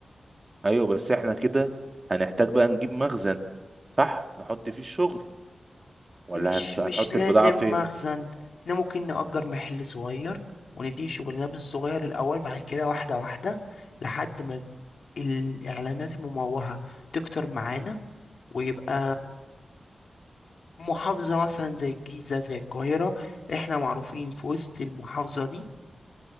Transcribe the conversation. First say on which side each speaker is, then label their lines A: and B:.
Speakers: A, on the right; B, on the left.
A: ايوه بس احنا كده هنحتاج بقى نجيب مخزن صح نحط فيه الشغل ولا
B: مش
A: هنس...
B: مش
A: هنحط
B: لازم
A: البضاعة فين
B: مخزن احنا ممكن نأجر محل صغير ونديه شغلنا بالصغير الأول بعد كده واحدة واحدة لحد ما الإعلانات المموهة تكتر معانا ويبقى محافظة مثلا زي الجيزة زي القاهرة احنا معروفين في وسط المحافظة دي